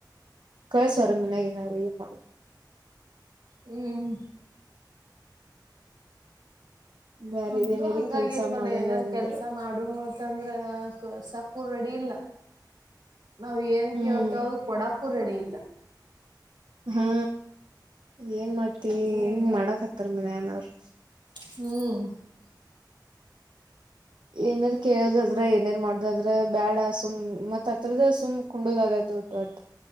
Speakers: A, on the right; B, on the right.
A: ಕಳಸುವರ ಮಿನಗೆ ನ ಮಾಡ
B: ಹ್ಮ್
A: ಬ್ಯಾರೆದ
B: ನಮ್ದು
A: ಏನಾರ
B: ಹಂಗಗೇತ್
A: ಕೆಲ್ಸ
B: ನೋಡ
A: ಮಾಡೋಣ
B: ಏನಾದಾರ
A: ಅಂದ್ರ
B: ಕೆಲ್ಸ ಮಾಡುನು ಅಂತಂದ್ರ ಸಾಕು ಡಿ ಇಲ್ಲ ನಾವ ಏನ್
A: ಹ್ಮ್
B: ಕೇಳ್ತ ಅ ಕೊಡಕೂ ರೆಡಿ ಇಲ್ಲ
A: ಹಾ ಏನ್ ಮಾಡ್ತಿ
B: ಏನ್
A: ಹಿಂಗ ಮಾಡಕ್ ಹತ್ತಾರ ಮನ್ಯನ್ ಅವರು
B: ಹ
A: ಏನಾರ ಕೇಳದಲ್ ಏನೇಾರ ಮಾಡದದ್ರ ಬ್ಯಾಡ ಸುಮ್ ಮತ್ ಹತ್ರದ ಸುಮ್ ಕುಂಡದ್ ಆಗತ್ತ ಟ್